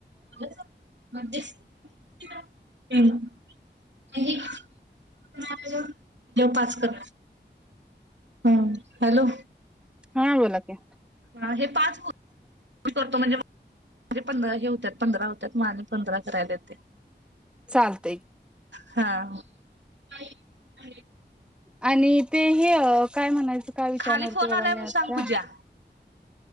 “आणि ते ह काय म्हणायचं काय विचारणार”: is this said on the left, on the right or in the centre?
Centre